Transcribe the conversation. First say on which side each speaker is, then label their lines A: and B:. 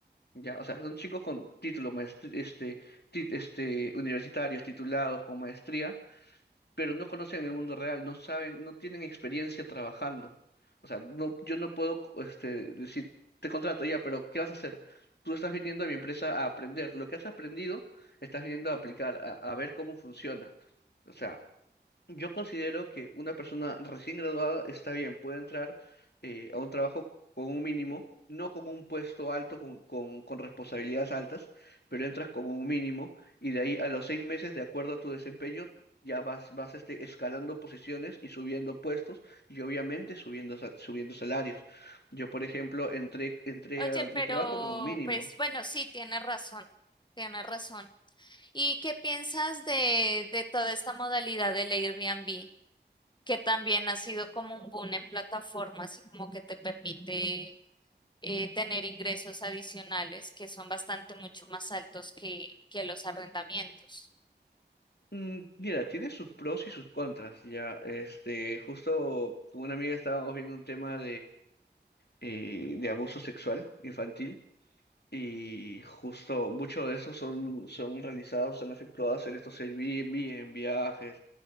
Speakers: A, on the left (about 65°); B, on the left (about 25°).
A: Ya, o sea, son chicos con títulos, maestr- este, ti- este, universitarios, titulados, con maestría pero no conocen el mundo real, no saben, no tienen experiencia trabajando. O sea, no, yo no puedo, este, decir, te contrato ya, pero ¿qué vas a hacer? Tú estás viniendo a mi empresa a aprender. Lo que has aprendido, estás viniendo a aplicar, a, a ver cómo funciona. O sea, yo considero que una persona recién graduada está bien, puede entrar eh, a un trabajo con un mínimo, no con un puesto alto, con, con- con responsabilidades altas, pero entras con un mínimo y de ahí a los seis meses, de acuerdo a tu desempeño, ya vas, vas este, escalando posiciones y subiendo puestos y obviamente subiendo, sa- subiendo salarios. Yo, por ejemplo, entré, entré
B: Oye,
A: a mi
B: pero
A: trabajo con un mínimo.
B: pues bueno, sí, tiene razón, tiene razón. ¿Y qué piensas de, de toda esta modalidad del Airbnb, que también ha sido como un boom en plataformas, como que te permite eh, tener ingresos adicionales que son bastante mucho más altos que, que los arrendamientos?
A: Mm, Mira, tiene sus pros y sus contras, ya. Este, justo con una amiga estábamos viendo un tema eh, de abuso sexual infantil y justo muchos de esos son, son realizados, son efectuados en estos Airbnb, en viajes,